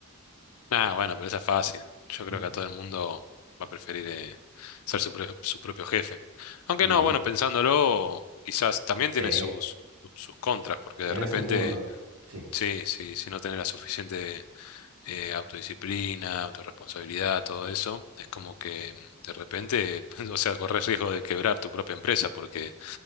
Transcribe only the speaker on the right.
<laughs>
Ujú.
Sí,
tiene
su punto. Sí.